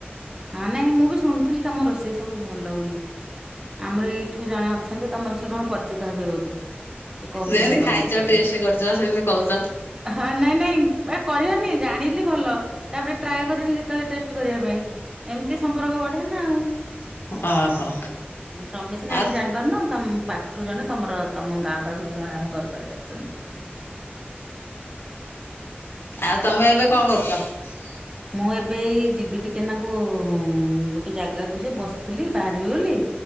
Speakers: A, on the right; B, on the left.
A: ହଁ ନାଇଁ ମୁଁ ବି ଶୁଣିଥିଲି ତମ ରୋଷେଇ ସବୁ ଭଲ ବୋଲି ଆମର ଏଇଠୁ ଜଣେ ଅଛନ୍ତି ତମର ସେ କଣ ପରିଚିତ ହେବେ ବୋଧେ ସେ କହୁଥିଲେ
B: ଯେମିତି
A: ତମ
B: ଖାଇଛ
A: ବିଷୟରେ।
B: ଟେଷ୍ଟ କରିଛ ସେମିତି କହୁଛ
A: ହଁ ନାଇଁ ନାଇଁ ଏ କରିବାର ନାଇ ଜାଣିଲି ଭଲ ତାପରେ ଟ୍ରାଏ କରିବି ଯେତେବେଳେ ଟେଷ୍ଟ କରିବା ପାଇଁ ଏମିତି ସମ୍ପର୍କ ବଢେ ନା ଆଉ।
B: ଓହୋ
A: ତମେ ସିନା
B: ଆଉ
A: ଏମିତି ଜାଣିପାରୁନ ତମ ପାଖ ରୁ ଜଣେ ତମର ତମ ଗାଁ ପାଖରୁ ଜଣେ ଆମ ଘର ପାଖରେ ଅଛନ୍ତି।
B: ଆଉ ତମେ ଏବେ କଣ କରୁଛ?
A: ମୁଁ ଏବେଇ ଯିବି ଟିକେ ନାଙ୍କୁ ଗୋଟେ ଜାଗାକୁ ଯେ ବସିଥିଲି ବାହାରିବି ବୋଲି।